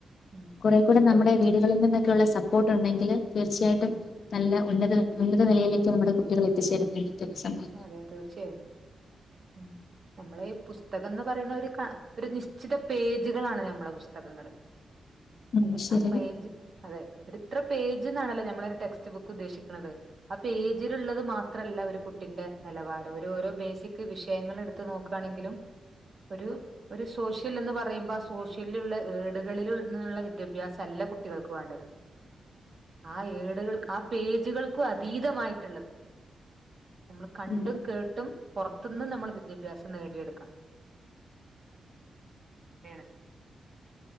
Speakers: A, on the right (about 40°); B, on the left (about 60°).
A: ഉം
B: കുറെ
A: പുസ്തകം
B: കൂടെ നമ്മുടെ വീടുകളിൽ നിന്ന് ക്കുള്ള സപ്പോർട്ട് ഉണ്ടെങ്കില് തീർച്ചയായിട്ടും
A: ഉം
B: നല്ല ഉന്നത ഉന്നത നിലയിലേക്ക് നമ്മുടെ കുട്ടികൾ എത്തിച്ചേരുന്ന <unintelligible> സമൂഹത്തിൽ
A: അതെ തീർച്ചയായും ഉം നമ്മളേ പുസ്തകം ന്ന് പറയണ ഒര് ക ഒരു ഒരു നിശ്ചിത പേജുകളാണ് നമ്മളെപുസ്തകങ്ങള്
B: ഉം
A: അല്ലെ
B: ശരി
A: ആ പേജ് അതെ ഒരു ഇത്ര പേജ് ന്നാണല്ലോ ഞമ്മള ഒരു ടെക്സ്റ്റ് ബുക്ക് ഉദ്ദേശിക്കുന്നത്. ആ പേജിലുള്ളത് മാത്രല്ല ഒരു കുട്ട് കുട്ടിന്റെ നിലവാരം ഒരു ഓരോ ബേസിക് വിഷയങ്ങൾ എടുത്ത് നോക്കാണെങ്കിലും ഒരു ഒരു സോഷ്യൽ എന്ന് പറയുമ്പോ ആ സോഷ്യല് ലുള്ള ഏടുകളിൽ നിന്നുള്ള വിദ്യാഭ്യാസം അല്ല കുട്ടികൾക്ക് വേണ്ടത് ആ ഏടുകൾ ആ പേജുകൾക്കും അതീതമായിട്ടുള്ളത് നമ്മൾ കണ്ടും
B: ഉം
A: കേട്ടും പൊറത്ത്ന്ന് നമ്മൾ വിദ്യാഭ്യാസം നേടിയെടുക്കണം വേണല്ലോ